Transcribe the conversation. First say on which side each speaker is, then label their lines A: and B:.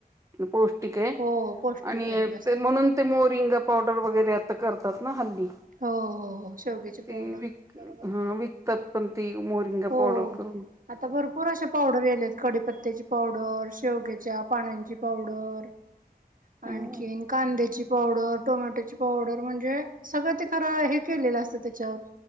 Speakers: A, on the right (about 20°); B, on the right (about 60°).
A: पौष्टिक आहे
B: हो पौष्टिक
A: आणि
B: आहे जास्त
A: म्हणून ते मोरिंगा पावडर वगैरे आता करतात ना हल्ली.
B: हो हो हो शेवग्याची पावडर
A: ते विक
B: बरोबर
A: हा
B: आहे.
A: विक त्यात पण ती मोरिंगा
B: हो
A: पावडर करून
B: आता भरपूर अशा पावडर यायल्यात कडीपत्त्याची पावडर शेवग्याच्या पानाची पावडर.
A: हं.
B: आणखीन कांद्याची. पावडर टोमॅटोची पावडर म्हणजे सगळं ते खरं हे केलेलं असतं त्याच्यावर.